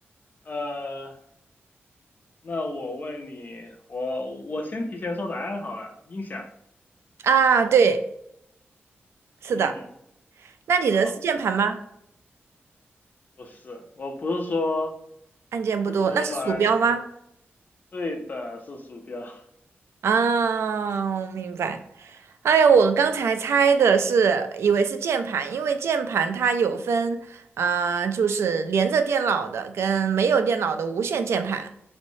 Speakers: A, on the left; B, on the right.
A: 呃，那我问你，我我先提前说答案好了，音响。
B: 啊，对，是的。
A: 嗯，
B: 那你的是键盘吗？
A: 好，不是，我不是说
B: 按键不多。
A: 不多嘛，
B: 那是鼠标吗？
A: 按键，对的，是鼠标。<laughs>
B: 啊，我明白。哎呀，我刚才猜的是，以为是键盘，因为键盘它有分，啊、就是连着电脑的跟没有电脑的无线键盘，